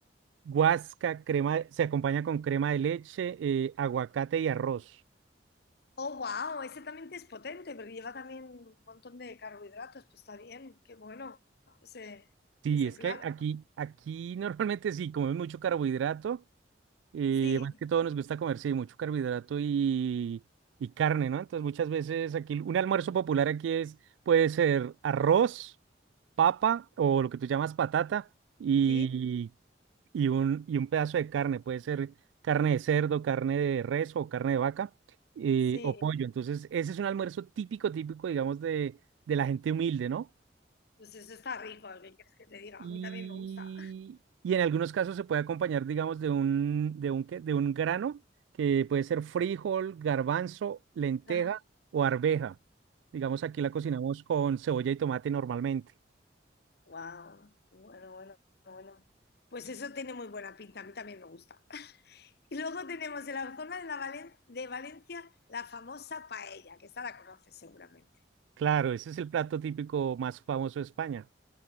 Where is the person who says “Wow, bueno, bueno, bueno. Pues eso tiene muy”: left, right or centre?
Left